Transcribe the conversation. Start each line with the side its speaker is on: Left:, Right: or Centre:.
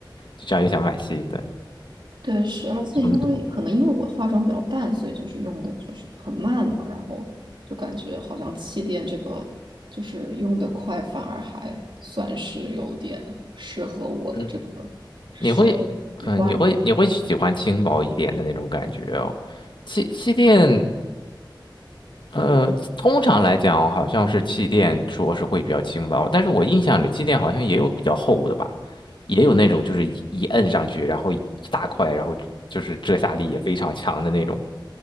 Left: 就这样又想买新的，
Right: 对，是，而且因为可能因为我化妆比较淡，
Left: 冲突。
Right: 所以就是用的就是很慢嘛，然后就感觉好像气垫这个就是用的快，反而还算是有点适合我的这个使用习惯吧。
Left: 嗯，你会，嗯、你会你会喜欢轻薄一点的那种感觉哦。气气垫。呃，通常来讲，好像是气垫说是会比较轻薄，但是我印象里气垫好像也有比较厚的吧，也有那种就是一一摁上去，然后一大块，然后就是遮瑕力也非常强的那种，